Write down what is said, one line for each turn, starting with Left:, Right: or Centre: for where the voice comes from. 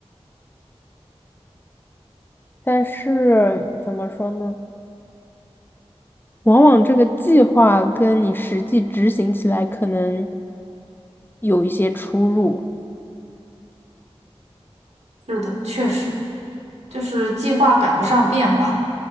Left: 但是怎么说呢？往往这个计划跟你实际执行起来可能有一些出入。
Right: 是的，确实，就是计划赶不上变化。